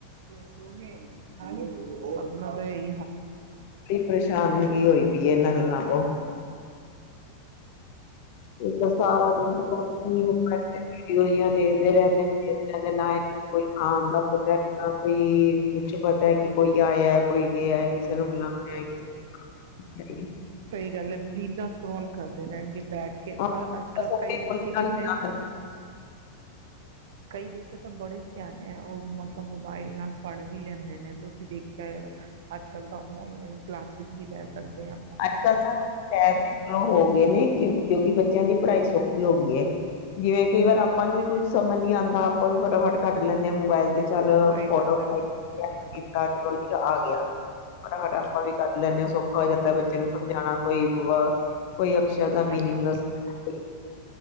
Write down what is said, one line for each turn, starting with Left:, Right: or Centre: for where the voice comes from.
Right: <unintelligible>
Left: ਪਰੇਸ਼ਾਨ ਕੀ ਹੋਈ ਪਈ ਇਹਨਾਂ ਗੱਲਾਂ ਤੋਂ ਤਾਂ ਸਾਰਾ ਦਿਨ ਹੋਈ ਦੇਖਦੇ ਰਹਿੰਦੇ ਨੇ ਕਿਸ ਤਰ੍ਹਾਂ ਦੇ ਨਾ ਇਹਨਾਂ ਨੂੰ ਕੋਈ ਆਮ ਦਾ ਪਤਾ ਨਾ ਕੋਈ ਕੁਛ ਪਤਾ ਹੈ ਕਿ ਕੋਈ ਆਇਆ ਕੋਈ ਗਿਆ ਕਿਸੇ ਨੂੰ ਬੁਲਾਉਣਾ ਕਿਸੇ ਹ
Right: ਸਹੀ ਗੱਲ ਹੈ ਵੀੀਲਾਸ ਕਰੋਲ ਕਰਦੇ ਰਹਿਣ ਬੈਠ ਕੇ
Left: ਹਾਂ,
Right: ਅੱਜ ਕੱਲ੍ਹ
Left: ਬਸ ਆਪੇ
Right: ਕਈ ਬੱਚੇ
Left: ਬੋਲੀ
Right: ਕਿੰਨੇ
Left: ਜਾਣਗੇ,
Right: ਕਈ ਬੱਚੇ ਤਾਂ ਬੜੇ ਸਿਆਣੇ ਹੈ ਉਹ ਮਤਲਬ ਮੋਬਾਇਲ ਨਾਲ ਪੜ੍ਹ ਵੀ ਲੈਂਦੇ ਨੇ ਤੁਸੀਂ ਦੇਖਿਆ ਹੋ ਅੱਜ ਕੱਲ੍ਹ ਤਾਂ ਔਨਲਾਈਨ ਕਲਾਸਿਸ ਵੀ ਲੈ ਸਕਦੇ ਹ
Left: ਅੱਜ ਕੱਲ ਤਾਂ ਸ਼ਹਿਦ ਚਲੋ ਹੋ ਗਏ ਨੇ ਕਿਉਂ ਕਿਉਂਕਿ ਬੱਚਿਆਂ ਦੀ ਪੜ੍ਹਾਈ ਸੌਖੀ ਹੋ ਗਈਏ ਜਿਵੇਂ ਕਈ ਵਾਰ ਆਪਾਂ ਨੂੰ ਵੀ ਕੁੱਝ ਸਮਝ ਨੀ ਆਉਂਦਾ ਉਹ ਵੀ ਫਟਾਫਟ ਕੱਟ ਲੈਂਦੇ ਆ ਮੋਬਾਇਲ ਤੇ ਚੱਲ
Right: ਸਹੀ
Left: ਫੋਟੋ
Right: ਗੱਲ
Left: ਖ
Right: ਹੈ ਸੌਖਾ ਹੋ ਆਪਾਂ
Left: ਕੀਤਾ ਚਲੋ ਆ ਗਿਆ ਫਟਾਫਟ ਆਪਾਂ ਵੀ ਕੱਢ ਲੈਂਦੇ ਹੋ ਸੌਖਾ ਹੋ ਜਾਂਦਾ ਬੱਚੇ ਨੂੰ ਸਮਝਾਣਾ ਕੋਈ ਕੋਈ ਅਕਸ਼ੇ
Right: ਛੋੜ
Left: ਦਾ
Right: ਸਕਦੇ ਹਾਂ, ਕੁਛ
Left: ਮੀਨਿੰਗ
Right: ਔਖਾ ਹੋ ਜਾਂਦਾ
Left: ਦੱਸਦਾਈ